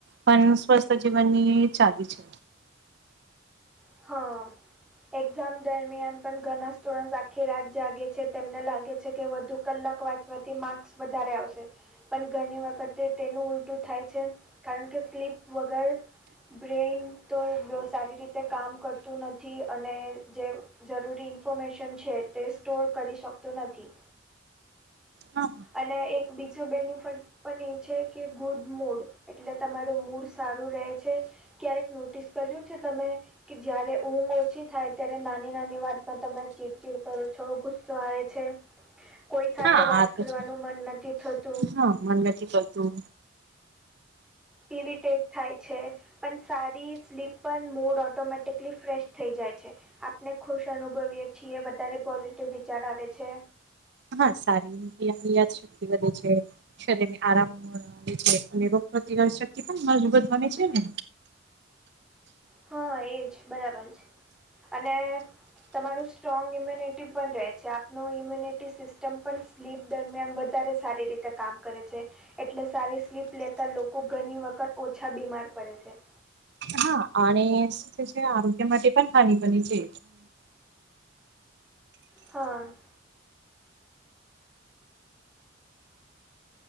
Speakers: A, on the right (about 55°); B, in the centre.
A: પણ સ્વસ્થ જીવનની ચાલી છે
B: હ એક્ઝામ દરમિયાન પણ ઘણા સ્ટુડન્ટસ આખી રાત જાગે છે તેમને લાગે છે કે વધુ કલાક વાંચ થવાથી માર્ક્સ વધારે આવશે પણ ઘણી વખતે તેનું ઉલટું થાય છે કારણ કે સ્લીપ વગર બ્રેન તો સારી રીતે કામ કરતું નથી અને જે જરૂરી ઇન્ફોર્મેશન છે, તે સ્ટોર કરી શકતું નથી.
A: હા
B: અને એક બીજું બેનિફટ પણ એ છે કે, ગુડ મૂડ એટલે તમારું મૂડ સારું રહે છે. ક્યારેક નોટિસ કર્યું છે તમે? કે જયારે ઊંઘ ઓછી થાય ત્યારે, નાની નાની વાતમાં તમે ચીડચીડ કરો છો. આવે છે, કોઈ સાથે
A: હા
B: વાત
A: આ તો
B: કરવાનું
A: છે
B: મન નથી થતું.
A: હા, મન નથી કરતું.
B: ઇરિટેટ થાય છે. પણ સારી સ્લીપ પણ, મૂડ ઓટોમેટિકલી ફ્રેશ થઈ જાય છે. આપને ખુશ અનુભવીએ છીએ, વધારે પોઝિટિવ વિચાર આવે છે.
A: હા, સારી આપણી યાદ શક્તિ બધી છે. શરીર ને આરામ છે, અને રોગ પ્રતિક શક્તિ પણ મજબૂત બને છે ને.
B: હા, એજ બરાબર છે અને તમારું સ્ટ્રોંગ ઇમ્યુનિટી પણ રહે છે, આપનું ઇમ્યુનિટી સિસ્ટમ પણ સ્લીપ દરમિયાન વધારે સારી રીતે કામ કરે છે. એટલે, સારી સ્લીપ લેતા લોકો ઘણી વખત ઓછા બીમાર પડે છે.
A: હા અને છે, આરોગ્ય માટે પણ હાનિ બને છે.
B: હા.